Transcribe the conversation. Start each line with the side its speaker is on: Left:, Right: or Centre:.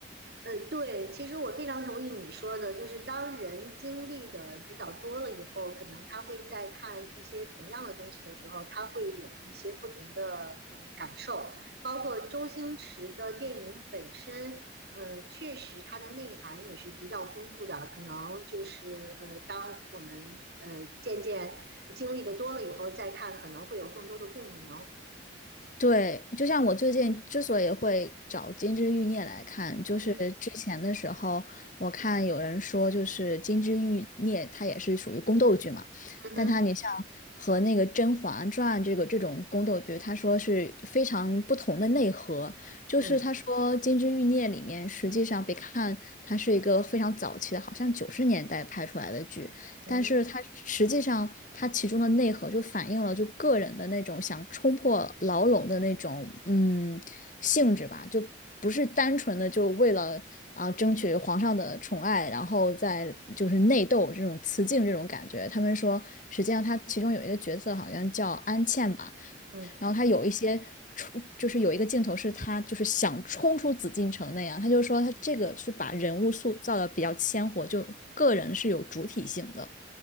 Right: 呃，对，其实我非常同意你说的，就是当人经历的比较多了以后，可能他会在看一些同样的东西的时候，他会有一些不同的呃感受，包括周星驰的电影本身，呃，确实它的内涵也是比较丰富的，可能就是呃，当我们呃渐渐经历的多了以后再看，可能会有更多的共鸣。
Left: 对，就像我最近之所以会找《金枝欲孽》来看，
Right: 嗯哼，
Left: 就是之前的时候，我看有人说，就是《金枝欲孽》它也是属于宫斗剧嘛，
Right: 嗯哼，
Left: 但它你像和那个《甄嬛传》这个这种宫斗剧，他说是非常不同的内核。就是他说《金枝欲孽》里面，
Right: 嗯，
Left: 实际上别看它是一个非常早期的，好像九十年代拍出来的剧，
Right: 嗯哼，
Left: 但是它实际上它其中的内核就反映了就个人的那种想冲破牢笼的那种嗯性质吧，就不是单纯的就为了啊争取皇上的宠爱，然后再就是内斗这种雌竞这种感觉。他们说，实际上他其中有一个角色好像叫安茜吧，
Right: 嗯。
Left: 然后他有一些。冲就是有一个镜头是他就是想冲出紫禁城那样，他就说他这个是把人物塑造的比较鲜活，就个人是有主体性的。